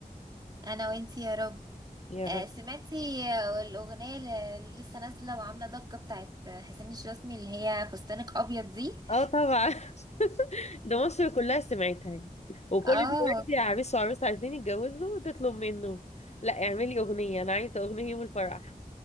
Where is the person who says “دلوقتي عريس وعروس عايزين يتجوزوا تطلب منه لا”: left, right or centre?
Left